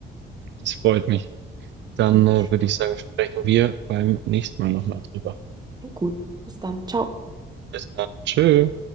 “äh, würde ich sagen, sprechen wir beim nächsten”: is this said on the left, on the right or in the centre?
Right